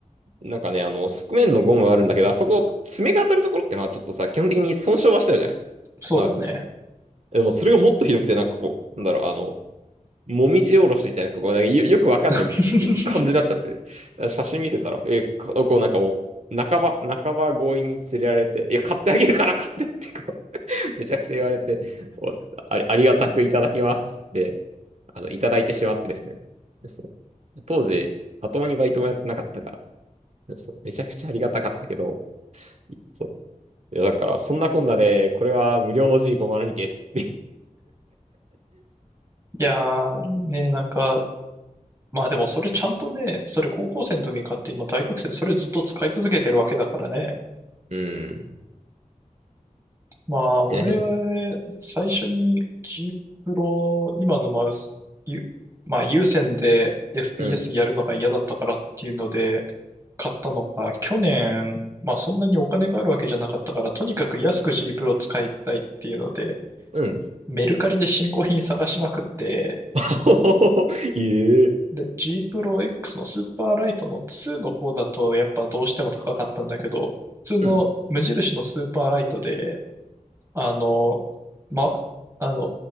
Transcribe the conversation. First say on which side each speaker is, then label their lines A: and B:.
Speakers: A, on the right; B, on the right.
A: なんかね、あの、側面のゴムはあるんだけど、あそこ、爪が当たるところってのはちょっとさ、基本的に損傷はしてるじゃん、
B: そうだね。
A: マウス。でも、それがもっとひどくて、なんかこう、なんだろう、あの、もみじおろしみたいな、こう、なんかよよくわかんない感じになっちゃって、
B: <laughs>
A: 写真見せたら、え、かこうなんかもう、半ば、半ば強引に連れられて、いや、買ってあげるから買ってってこう、めちゃくちゃ言われて、おあり、ありがたくいただきますっつって、あの、いただいてしまってですね。ですね当時、まともにバイトもやってなかったから、そう、めちゃくちゃありがたかったけど、そう。いや、だから、そんなこんなで、これは無料の G502 です。<laughs>
B: いやー、ね、なんか、まあでもそれちゃんとね、それ高校生の時に買って今大学生それずっと使い続けてるわけだからね。
A: うん。
B: まあ俺は最初に
A: <laughs>
B: G プロ、今のマウス、ゆまあ有線で FPS
A: うん。
B: やるのが嫌だったからっていうので買ったのが去年、まあそんなにお金があるわけじゃなかったからとにかく安く G プロ使いたいっていうので
A: うん。
B: メルカリで新興品探しまくって、
A: <laughs> いえ。
B: で、G プロ X のスーパーライトの2の方だとやっぱどうしても高かったんだけど、普通の無印のスーパーライトで、
A: うん。
B: あの、ま、あの、